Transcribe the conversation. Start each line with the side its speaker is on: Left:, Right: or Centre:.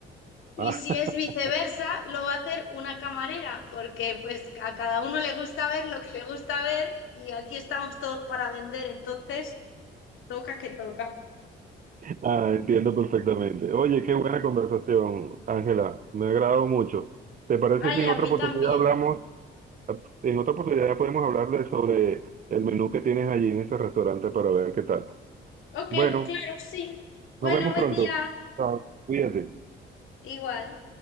Left: Y
Right: Ah,
Left: si es viceversa,
Right: <laughs>
Left: lo va a hacer una camarera, porque pues a cada uno le gusta ver lo que le gusta ver y aquí estamos todos para vender, entonces toca que toca.
Right: ah, entiendo perfectamente. Oye, qué buena conversación, Ángela, me ha agradado mucho. ¿Te parece
Left: Ay,
Right: si en
Left: a
Right: otra
Left: mí
Right: oportunidad
Left: también.
Right: hablamos, en otra oportunidad podemos hablar de sobre el menú que tienes allí en ese restaurante para ver qué tal?
Left: Ok,
Right: Bueno.
Left: claro, sí. Bueno,
Right: Nos vemos
Left: buen
Right: pronto.
Left: día.
Right: Chao. Cuídate.
Left: Igual.